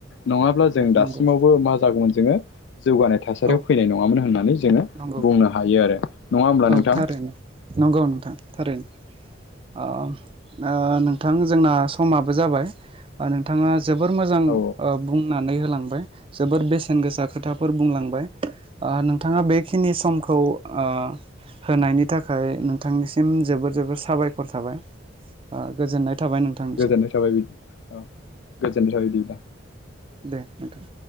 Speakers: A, on the left; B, on the right.
A: नङाब्ला जों दासिमावबो
B: नंगौ
A: मा जागौमोन जोङो जौगानाय थासारियाव
B: औ
A: फैनाय नङामोन होननानै जोङो
B: नंगौ
A: बुंनो हायो आरो। नङा होमब्ला
B: औ
A: नोंथां?
B: थारैनो नंगौ नोंथां थारैनो। ओ ओ नोंथां जोंना समाबो जाबाय नोंथाङा जोबोर मोजां ओ
A: औ
B: बुंनानै होलांबाय जोबोर बेसेन गोसा खोथाफोर बुंलांबाय ओ नोंथाङा बे खिनि समखौ ओ होनायनि थाखाय नोंथांनिसिम जोबोर जोबोर साबायखर थाबाय ओ गोजोननाय थाबाय नोंथांनिसिम
A: गोजोननाय थाबाय बिदि औ गोजोननाय थाबाय बिदिबा।
B: दे नोंथां।